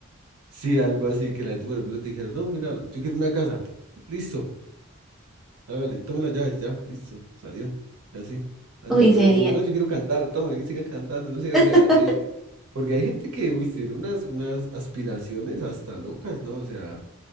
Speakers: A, on the right; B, in the centre.
A: Sí, algo así, que la gente, por ejemplo, te dijera, no, mira, yo quiero una casa, listo. hágale, tome las llaves, ya, listo, salió. Y así, así
B: Uy,
A: a todo
B: sería.
A: el mundo, no, yo quiero cantar, tome, y siga cantando, no sé,
B: <laughs>
A: o sea, así. Porque hay gente que, uy, tiene unas, unas aspiraciones hasta locas, ¿no? O sea,